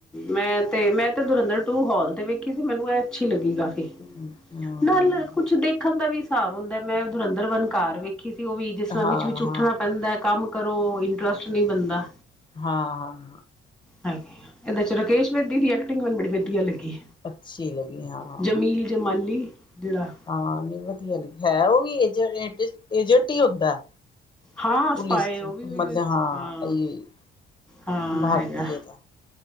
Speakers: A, in the centre; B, on the left (about 25°).
A: ਮੈਂ ਤੇ ਮੈਂ ਤੇ ਧੁਰੰਧਰ ਟੂ, ਹਾਲ ਤੇ ਵੇਖੀ ਸੀ, ਮੈਨੂੰ ਇਹ ਅੱਛੀ ਲੱਗੀ ਕਾਫੀ।
B: ਹਾਂ
A: ਨਾਲ ਕੁੱਛ ਦੇਖਣ ਦਾ ਵੀ ਹਿਸਾਬ ਹੁੰਦਾ, ਮੈਂ ਧੁਰੰਧਰ ਵਨ ਘਰ ਵੇਖੀ ਵੇਖੀ ਸੀ, ਉਹ ਵੀ ਜਿਸ ਤਰ੍ਹਾਂ
B: ਹਾਂ
A: ਵਿੱਚ ਵੀ ਉੱਠਣਾ
B: ਹਾਂ ਹਾਂ
A: ਪੈਂਦਾ, ਕੰਮ ਕਰੋ ਇੰਟਰਸਟ ਨਹੀਂ ਬਣਦਾ।
B: ਹਾਂ- ਹਾਂ!
A: ਹਾਂ ਇਹਦੇ ਚੱ ਰਾਕੇਸ਼ ਬੇਦੀ ਦੀ ਐਕਟਿੰਗ ਮੈਨੂੰ ਬੜੀ ਵਧੀਆ ਲੱਗੀ।
B: ਅੱਛੀ ਲੱਗੀ ਹਾਂ।
A: ਜਮੀਲ ਜਮਾਲੀ ਜਿਹੜਾ
B: ਹਾਂ ਨਹੀਂ ਵਧੀਆ ਲੱਗੀ ਹੈ, ਉਹ ਵੀ ਏਜੰਟ- ਏਜੰਟ ਹੀ ਹੁੰਦਾ।
A: ਹਾਂ
B: ਪੁਲਿਸ
A: ਸਪਾਏ
B: ਚ
A: ਉਹ ਵੀ ਉਹੀ
B: ਮਤਲਬ
A: ਹੋ, ਹਾਂ-
B: ਇਹ
A: ਹਾਂ
B: ਭਾਰਤੀ
A: ਹੈਗਾ।
B: ਦਾ